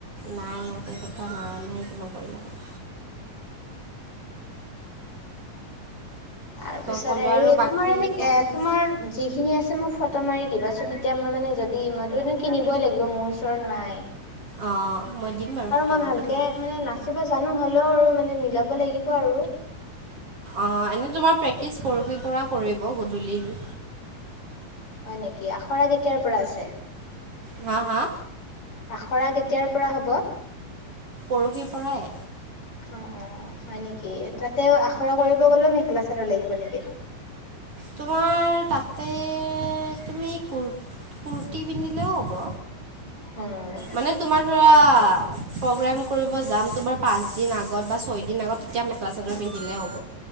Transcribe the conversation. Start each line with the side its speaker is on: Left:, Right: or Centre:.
Right: নাই নাই তে কা নাই নাই কি নকৰিলে হয়।
Left: <inaudible> তাৰপিছত
Right: তোমাক ক'লোঁ
Left: হেৰি
Right: আৰু বাকী
Left: তোমাৰ এনে
Right: প্ৰগ্ৰেম
Left: এ,
Right: আছে
Left: তোমাৰ যিখিনি আছে মোক ফ টো মাৰি দিবাচোন, তেতিয়া মই মানে যদি মইতো এনে কিনিবই লাগিব মোৰ ওচৰত নাই।
Right: অঁ মই দিম বাৰু
Left: আৰু
Right: ফটো
Left: মই
Right: মাৰি
Left: ভালকে
Right: বাৰু
Left: মানে নাচিব জানো হ'লেও আৰু মানে মিলাব লাগিব আৰু।
Right: অ' এনে তোমাৰ প্ৰেক্টিচ পৰোহি পৰা কৰিব গধূলিৰ।
Left: হয় নেকি? আখৰা কেতিয়াৰপৰা আছে?
Right: হা, হা?
Left: আখৰা কেতিয়াৰপৰা হ'ব?
Right: পৰহিৰ পৰাই।
Left: অ', অ' হয় নেকি? তাতে আখৰা কৰিব গ'লেও মেখেলা চাদৰ লাগিব নেকি?
Right: তোমাৰ তাতে তুমি কু-কুৰ্তি পিন্ধিলেও হ'ব।
Left: উম।
Right: মানে তোমাৰ ধৰা প্ৰগ্ৰেম কৰিব যাম তোমাৰ পাঁচ দিন আগত বা ছয় দিন আগত। এতিয়া মেখেলা চাদৰ পিন্ধিলেহে হ'ব।